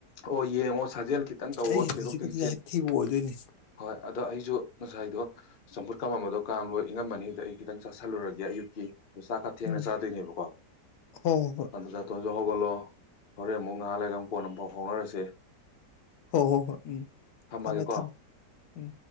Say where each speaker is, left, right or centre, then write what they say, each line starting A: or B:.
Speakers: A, on the left; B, on the left.
A: ꯑꯣ ꯌꯦꯡꯉꯣ ꯁꯥꯖꯦꯜ ꯈꯤꯇꯪ ꯇꯧꯑꯣ
B: ꯑꯩ
A: ꯊꯦꯡꯗꯣꯛ
B: ꯍꯧꯖꯤꯛꯀꯗꯤ
A: ꯊꯦꯡꯖꯤꯟ
B: ꯌꯥꯍꯤꯞ ꯊꯤꯕ ꯑꯣꯏꯗꯣꯏꯅꯤ
A: ꯍꯣꯏ ꯑꯗꯣ ꯑꯩꯁꯨ ꯉꯁꯥꯏꯗꯣ ꯆꯝꯐꯨꯠ ꯀꯥꯃꯝꯕꯗꯣ ꯀꯥꯝ ꯂꯂꯣꯏ ꯏꯉꯝꯃꯅꯤꯗ ꯑꯩ ꯈꯤꯇꯪ ꯆꯥꯥꯁꯜꯂꯨꯔꯒꯦ ꯑꯌꯨꯛꯀꯤ ꯑꯗꯨ ꯆꯥꯛ ꯈ ꯊꯦꯡꯅ
B: ꯎꯝ
A: ꯆꯥꯗꯣꯏꯅꯦꯕꯀꯣ
B: ꯍꯣ ꯍꯣ ꯍꯣꯏ
A: ꯑꯗꯨ ꯆ ꯍꯒꯣꯂꯣ ꯍꯔꯦ ꯃꯨ ꯅꯍꯜ ꯂꯩꯒ ꯑꯃ ꯄ ꯅ ꯄꯥꯎ ꯐꯥꯎꯅꯔꯁꯦ
B: ꯍꯣꯏ ꯍꯣ ꯍꯣꯏ ꯎꯝ
A: ꯊꯝꯃꯒꯦꯀꯣ
B: ꯊꯝꯃꯦ ꯊꯝꯃꯦ ꯎꯝ